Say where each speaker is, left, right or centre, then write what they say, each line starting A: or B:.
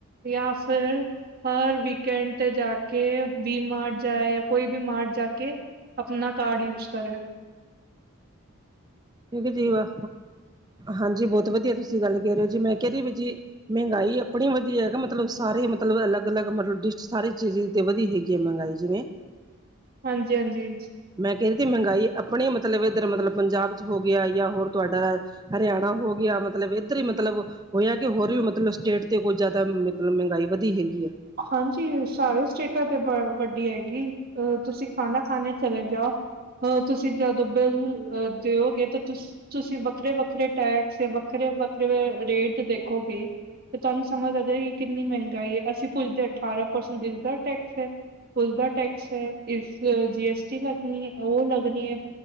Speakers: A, on the right (about 45°); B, on the right (about 20°).
A: ਯਾ ਫਿਰ ਹਰ ਵੀਕ ਐਂਡ ਤੇ ਜਾ ਕੇ ਵੀ ਮਾਰਟ ਜਾਏਂ ਯਾ ਕੋਈ ਵੀ ਮਾਰਟ ਜਾਂ ਕੇ ਆਪਣਾਂ ਕਾਰਡ ਯੂਜ ਕਰੇ।
B: ਕਿਉਂਕਿ ਜੀਵਾ, ਹਾਂਜੀ ਬਹੁਤ ਵਧੀਆਂ ਤੁਸੀਂ ਗੱਲ਼ ਕਹਿ ਰੇ ਔ ਜੀ ਮੈਂ ਕਹਿ ਰੀ ਵੀ ਜੀ ਮਹਿੰਗਾਈ ਆਪਣੀ ਵਧੀ ਹੈ, ਮਤਲਬ ਸਾਰੇ ਮਤਲਬ ਅਲੱਗ-ਅਲੱਗ ਮਤਲਬ ਡਿਸ਼ ਸਾਰੀ ਚੀਜ਼ ਤੇ ਵਧੀ ਹੈਗੀ ਐਂ, ਮਹਿੰਗਾਈ ਜਿਵੇਂ
A: ਹਾਂਜੀ- ਹਾਂਜੀ।
B: ਮੈਂ ਕਹਿ ਰਹੀ ਥੀ, ਮਹਿੰਗਾਈ ਆਪਣੇ ਮਤਲਬ ਇੱਧਰ ਮਤਲਬ ਪੰਜਾਬ ਚ ਹੋ ਗਿਆ ਯਾਂ ਹੋਰ ਤੁਹਾਡਾ ਹਰਿਆਣਾ ਹੋ ਗਿਆ, ਮਤਲਬ ਇੱਧਰ ਈ ਮਤਲਬ ਹੋਇਆ ਕਿ, ਹੋਰ ਵੀ ਮਤਲਬ ਸਟੇਟ ਤੇ ਕੋਈ ਜ਼ਿਆਦਾ ਮਤਲਬ ਮਹਿੰਗਾਈ ਵਧੀ ਹੇਗੀ ਆ।
A: ਹਾਂਜੀ, ਸਾਰੇ ਸਟੇਟਾ ਤੇ ਬ ਵੱਡੀ ਹੈਗੀ, ਅ ਤੁਸੀਂ ਖਾਣਾ ਖਾਣੇ ਚਲੇ ਜਾਓ ਆ, ਤੁਸੀਂ ਜਦੋਂ ਬਿਲ ਅ ਦਿਓਗੇ ਤੇ ਤੁਸ ਤੁਸੀਂ ਵੱਖਰੇ-ਵੱਖਰੇ ਟੈਕਸ, ਯਾ ਵੱਖਰੇ-ਵੱਖਰੇ ਰੇਟ ਦੇਖੋਗੇ। ਫਿਰ ਤੁਹਾਨੂੰ ਸਮਝ ਆ ਜਾਏਗੀ ਕਿੰਨੀ ਮਹਿੰਗਾਈ ਏ, ਅਸੀਂ ਪੁੱਛਦੇ ਅਠਾਰਾਂ ਪਰਸੈਂਟ ਇਸਦਾ ਟੈਕਸ ਏ, ਉਸਦਾ ਟੈਕਸ ਏ, ਇਸ ਜੀ ਐਸ ਟੀ ਲੱਗਣੀ ਏ, ਉਹ ਲੱਗਣੀ ਏ,